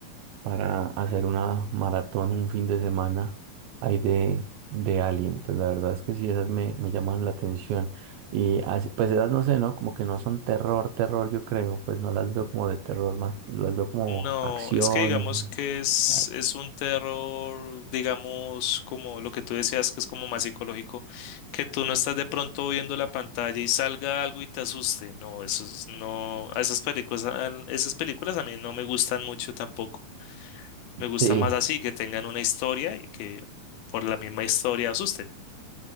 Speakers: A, on the right (about 75°); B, on the left (about 80°).
A: para hacer una maratón un fin de semana ahí de, de Alien. Pues la verdad es que sí, esas me, me llaman la atención. Y así, pues esas no sé, ¿no? Como que no son terror, terror, yo creo. Pues no las veo como de terror más, las veo como
B: No,
A: acción.
B: es que digamos que es,
A: Ah,
B: es un terror, digamos, como lo que tú decías, que es como más psicológico, que tú no estás de pronto viendo la pantalla y salga algo y te asuste. No, eso es- no, a esas películas, a- esas películas a mí no me gustan mucho tampoco. Me gusta
A: Sí,
B: más así, que tengan una historia y que por la misma historia asusten.